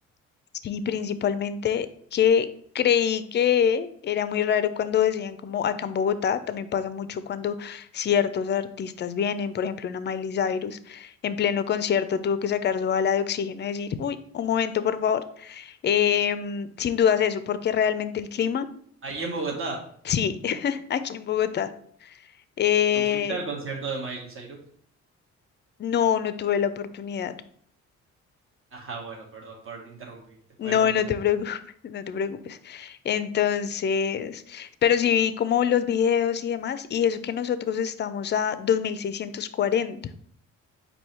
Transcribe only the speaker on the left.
Sí, principalmente que creí que era muy raro cuando decían como acá en Bogotá, también pasa mucho cuando ciertos artistas vienen, por ejemplo, una Miley Cyrus, en pleno concierto tuvo que sacar su bala de oxígeno y decir, uy, un momento, por favor. Em, sin dudas eso, porque realmente el clima,
sí, <laughs> aquí en Bogotá, eh,
no, no tuve la oportunidad.
No,
no te preocupes, <laughs> no te preocupes. Entonces, pero sí vi como los videos y demás, y eso que nosotros estamos a 2640.